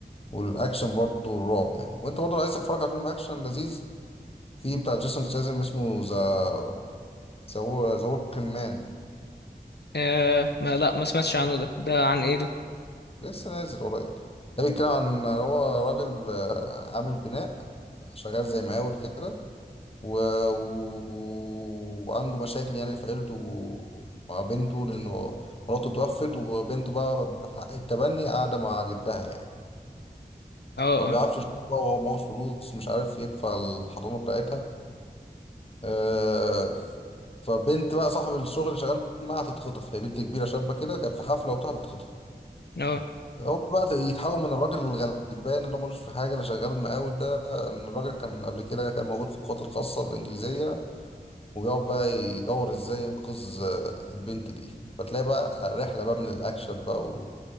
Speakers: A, on the left (about 35°); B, on the left (about 85°).
A: والأكشن برضه والرعب يعني وأنت برضه لو عايز تتفرج على فيلم أكشن لذيذ في بتاع جيسون ستاثام اسمه ذا ذا ذا وركينج مان
B: آه ما لا ما سمعتش عنه ده ده عن ايه ده
A: لسه نازل قريب ده بيتكلم عن هو راجل آه، عامل بناء شغال زي مقاول كده و... و... وعنده مشاكل يعني في عيلته مع بنته لأنه مراته توفت وبنته بقى بحق التبني قاعدة مع جدها يعني
B: اه
A: فما بيعرفش
B: اه
A: يشوفها وهو معهوش فلوس مش عارف يدفع الحضانة بتاعتها آه، ف- فبنت بقى صاحب الشغل اللي شغال معاها هتتخطف هي بنت كبيرة شابة كده كانت في حفلة وبتاع هتتخطف
B: اه
A: هو بقى يتحول من الراجل الغلبان اللي هو ملوش في حاجة اللي شغال مقاول ده إن الراجل كان قبل كده كان موجود في القوات الخاصة الإنجليزية ويقعد بقى يدور إزاي ينقذ آه، البنت دي فتلاقي بقى رحلة بقى من الأكشن بقى وال...